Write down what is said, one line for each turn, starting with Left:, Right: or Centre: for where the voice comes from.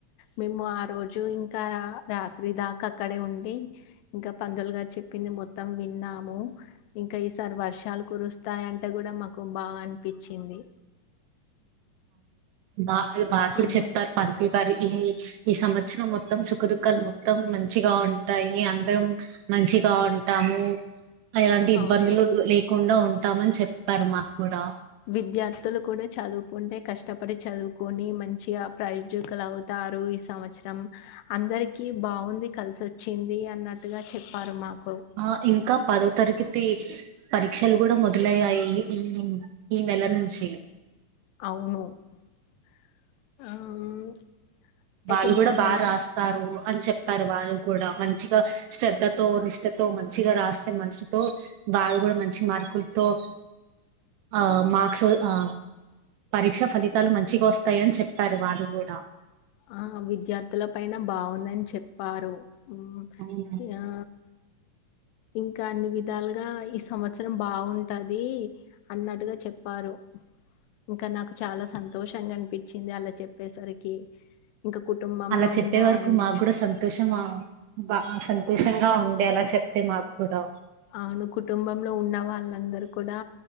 Left: మేము ఆ రోజు ఇంకా రాత్రి దాకా అక్కడే ఉండి ఇంకా పందులుగా చెప్పింది మొత్తం విన్నాము ఇంకా ఈసారి వర్షాలు కురుస్తాయంటే కూడా మాకు బాన్ పచ్చింది
Right: బా అది మాక్కూడా
Left: ఉమ్.
Right: చెప్తారు పంతులు గారు ఈ ఈ సంవత్సరం మొత్ మొత్తం సుఖదుక్కాలు మొత్తం మంచిగా ఉంటాయి అందరం మంచిగా ఉంటాము అ ఎలాంటి ఇబ్బందులు
Left: అవును
Right: లే తకుండా ఉంటామని చెప్పారు మాకు కూడా
Left: విద్యార్థులు కూడా చదువుకుంటే కష్టపడి చదువుకొని మంచిగా ప్రైజకులు అవుతారు ఈ సంవత్సరం అందరికీ బాగుంది కలిసిొచ్చింది అన్నట్టుగా చెప్పారు మాకు
Right: ఆ ఇంకా పదో తరఖతి పరీక్షలు కూడా మొదలయ్యాయి మ్ ఈ నెల నుంచి
Left: అవును <unintelligible> అయితే
Right: వాళ్ళు కూడా
Left: మేము
Right: బాగా
Left: మనం
Right: రాస్తారు అని చెప్పారు వాళ్ళు కూడా మంచిగా శ్రధతో నిష్టతో మంచిగా రాస్తే మనసుతో వాళ్ళు కూడా మంచి మార్కులతో ఆ మార్క్స్ ఆ పరీక్ష ఫలి తల్ మంచి గోస్ త్తయని చెప్పారు వాళ్ళు కూడా
Left: ఆ విద్యార్థుల పైన బావుందని చెప్పారు ఉవ్
Right: అవును
Left: యా ఇంకా అన్ని విధాలుగా ఈ సంవత్సరం బావుంటాది అన్నట్టుగా చెప్పారు ఇంకా నాకు చాలా సంతోషంగా అనిపి అలా చెప్పేసరికి ఇంకా కుటుంబంలో
Right: అలా చెప్పే
Left: ఉన్న
Right: వరకు
Left: అందరు
Right: మాకు కూడా సంతోషం ఆ బా సలు తోషంగా ఉండే అలా చెప్తే మాకు కూడా
Left: అవును కుటుంబంలో ఉన్న వాళ్ళందరూ కూడా